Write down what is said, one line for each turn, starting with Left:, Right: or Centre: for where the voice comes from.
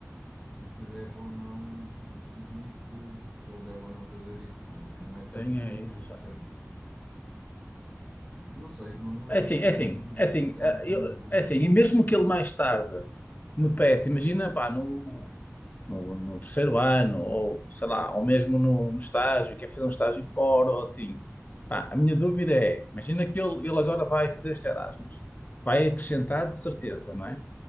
Centre: o que deve ou não decidir se, se se ele deve ou não fazer isso, não é? Não é, não
Left: sim,
Centre: é tanto,
Left: é isso.
Centre: ou seja, não sei, não, não
Left: É
Centre: sei
Left: assim, é
Centre: não,
Left: assim,
Centre: não
Left: é assim,
Centre: explicar
Left: eh,
Centre: muito
Left: eu-
Centre: bem,
Left: é
Centre: mas
Left: assim, e mesmo
Centre: mas,
Left: que ele mais tarde me peça, imagina, pá, no,
Centre: sim,
Left: no, no terceiro ano, ou sei lá, ou mesmo no, no estágio, quer fazer um estágio fora, ou assim, pá, a minha dúvida é,
Centre: bom,
Left: imagina que ele, ele agora vai fazer este Erasmus, vai acrescentar de certeza,
Centre: sim,
Left: não é?